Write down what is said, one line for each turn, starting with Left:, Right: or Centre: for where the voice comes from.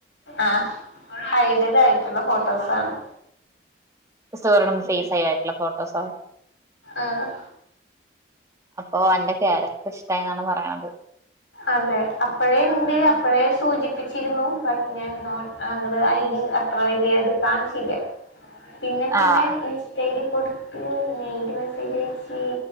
Left: ആഹ് ഹൈഡഡ് ആയിട്ടുള്ള ഫോട്ടോസാണ്
Right: സ്റ്റോറിയിടു പേസ് ഹൈഡ് ആയിട്ടുള്ള ഫോട്ടോസാണ്
Left: ആഹ
Right: ഓ അന്റെ കാരക്റ്റർ ഇഷ്ടായി എന്നാണ് പറയണ <inaudible>
Left: അതെ അപ്പഴേന്റെയും അപ്പ് ഇപ്പഴേ സൂചിപ്പിച്ച് ച്ചിരുന്നു ബട്ട് ഞാൻ നോൺ ആ ഇങ്ങള് അയിന് അത്ര വലിയ ഇത് കാണിച്ചില്ല്യ പിന്നെ പിന്നെ
Right: ആഹ്
Left: ഇൻസ്റ്റ ഐഡി കൊടു <unintelligible>